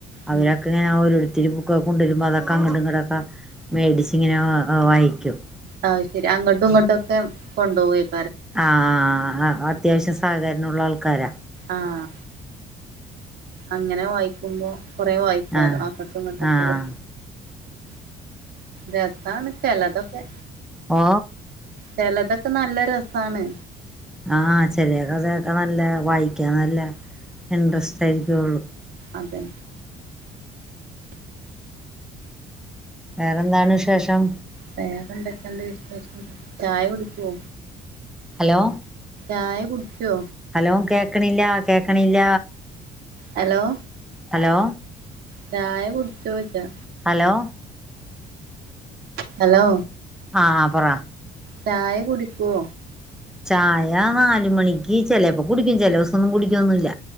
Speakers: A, on the right (about 65°); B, in the centre.
A: ഉം
B: അവരൊക്കെ ഇങ്ങനെ ഓരോ രുത്തരും കൊണ്ടുവരുമ്പോ അതൊക്കെ അങ്ങോട്ടും ഇങ്ങോട്ടും ഒക്കെ മേടിച്ചു ഇങ്ങനെ അ വായിക്കും
A: അതുശെരി അങ്ങോട്ടുമിങ്ങോട്ടു ഒക്കെ കൊണ്ടുപോവേം
B: ആ ആ അത്യാവശ്യ സാധ നുളള ആൾക്കാരാ
A: ആഹ് അങ്ങനെ വായിക്കുമ്പോ കുറെ വായിക്കാലോ
B: ആഹ്
A: അങ്ങോട്ടും ഇങ്ങോട്ടൊക്കെ
B: ആഹ്
A: രസാണ് ചെലതൊക്കെ
B: ഓ
A: ചെലതൊക്കെ നല്ല രസാണ്
B: ആ ചിലതൊക്കെ കേക്കാൻ നല്ല വ കേൾക്കാൻ നല്ല ഇൻട്രസ്റ്റ് ആയിരിക്കുള്ളു
A: അതെ
B: വേറെന്താണ് വിശേഷം
A: വേറെ എന്തൊക്കെയുണ്ട് വിശേഷം ചായ കുടിച്ചോ
B: ഹലോ
A: ചായ കുടിച്ചോ
B: ഹലോ കേൾക്കണില്ല കേൾക്കണില്ല
A: ഹലോ
B: ഹലോ
A: ചായ കുടിച്ചോച്ച
B: ഹലോ
A: ഹലോ
B: ആ പറ
A: ചായ കുടിക്കോ
B: ചായ നാലുമണിക്ക് ചിലപ്പോ കുടിക്കും ചില ദിവസം ഒന്നും കുടിക്കൊന്നുമില്ല